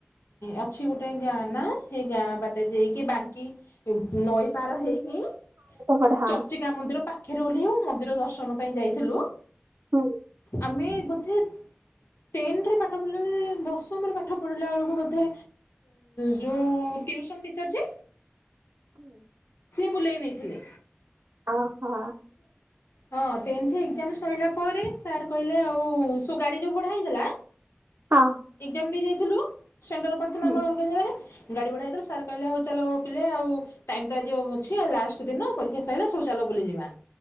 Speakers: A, on the left; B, on the right.
A: ଅଛି ଗୋଟେ ଗାଁ ନା? ଗାଁ ବାଟେ ଦେଇକି ବାଙ୍କି ନଈ ପାର ହେଇକି ଚର୍ଚ୍ଚି
B: ପଢେ ହଁ।
A: ଚର୍ଚ୍ଚିକା ମନ୍ଦିର ପାଖରେ ଓଲ୍ହେଇବୁ ହ ମନ୍ଦିର ଦର୍ଶନ ପାଇଁ ଯାଇଥିଲୁ।
B: ହୁଁ।
A: ଆମେ ବୋଧେ ଟେନ୍ଥ ରେ ପାଠ ପଢ଼ିଲା ବେଳେ, ଦଶମରେ ପାଠ ପଢ଼ିଲା ବଳକୁ ବୋଧେ ଯେଉଁ ଟିଉସନ୍ ଟିଚର୍ ଯେ
B: ହୁଁ
A: ବୁଲେଇ ନେଇଥିଲେ
B: ଓହୋ
A: ହଁ ଟେନ୍ଥ ଏକ୍ଜାମ ସରିଲା ପରେ ସାର୍ କହିଲେ ଆଉ ସ ଗାଡ଼ି ଯୋଉ ଭଡ଼ା ହେଇଥିଲା
B: ହଁ
A: ଏଜାମ ଦେଇ ଯାଇଥିଲୁ ସେଣ୍ଟର ପଡିଥିଲା
B: ହୁଁ
A: ଆମର ଅଲଗା ଜାଗାରେ ଗାଡି ଭଡା ହେଇଥିଲଥିଲା ସାର୍ କହିଲେ ହଉ ଚାଲ ପ ଆଉ ଟାଇମ ତ ଆଜି ଅଛି ଲାଷ୍ଟ ଦିନ ପରୀକ୍ଷା ସରିଲା ସବୁ ଚାଲ ବୁଲିଯିବ।